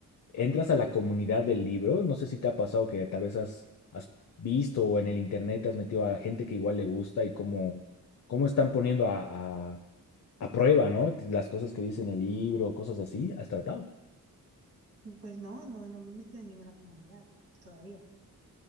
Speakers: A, on the left; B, on the right.
A: entras a la comunidad del libro, no sé si te ha pasado que tal vez has, has visto o en el internet te has metido a gente que igual le gusta y cómo, cómo están poniendo a, a, a prueba, ¿no? Las cosas que dice en el libro, cosas así, ¿has tratado?
B: Pues no, no, no me he metido en ninguna comunidad todavía.